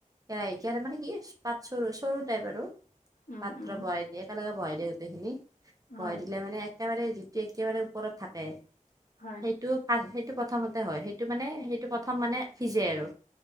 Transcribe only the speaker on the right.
কেৰাহ মানে কি পাত চৰু চৰু টাইপ আৰু।
পাত্ৰ
বহাই দিয়ে, একেলগে বহাই দিয়ে গোতেইখিনি বহাই
দিলে মানে একেবাৰে যিটো একেবাৰে ওপৰত থাকে
সেইটো <unintelligible> সেটো প্ৰথমতে হয়, সেইটো মানে, সেইটো প্ৰথম মানে সিজে আৰু